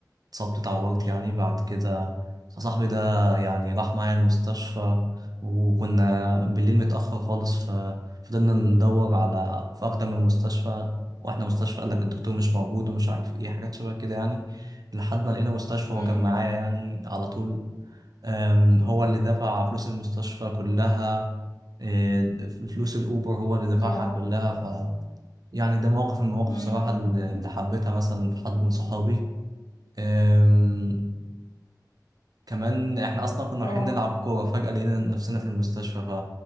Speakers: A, on the right; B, on the left.
A: اتصبت اتعورت يعني بعد كده صاحبي ده يعني راح معايا المستشفى وكنا بالليل متأخر خالص ففضلنا ندور على في أكتر من مستشفى واحنا مستشفى قال لك الدكتور مش موجود ومش عارف ايه حاجات شبه كده يعني لحد ما لقينا مستشفى هو
B: امم
A: كان معايا يعني على طول أم، هو اللي دفع فلوس المستشفى كلها إيه، فلوس الأوبر هو اللي دفعها
B: يا
A: كلها ف يعني ده موقف من المواقف
B: امم
A: بصراحة
B: أمم.
A: اللي
B: إمم.
A: اللي حبيتها مثلا في حد من صحابي أم، كمان احنا اصلا كنا
B: اه
A: رايحين نلعب كوره فجاه لقينا نفسنا في المستشفى